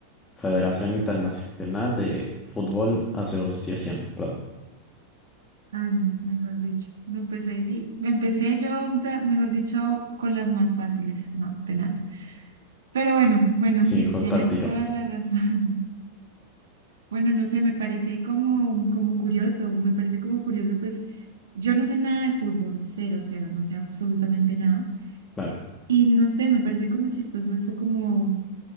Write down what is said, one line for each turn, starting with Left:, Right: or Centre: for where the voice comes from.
Left: Federación Internacional de Fútbol Asociación. Perdón.
Right: Ay, no, mejor dicho. No, pues ahí sí. Empecé yo, da- mejor dicho, con las más fáciles, no, tenaz. Pero bueno, bueno,
Left: Sí,
Right: sí,
Left: justo
Right: tienes
Left: al tiro.
Right: toda la razón. <laughs> Bueno, no sé, me parece como, como curioso, me parece como curioso, pues yo no sé nada de fútbol, cero, cero, no sé absolutamente nada.
Left: Claro.
Right: Y no sé, me parece como chistoso eso como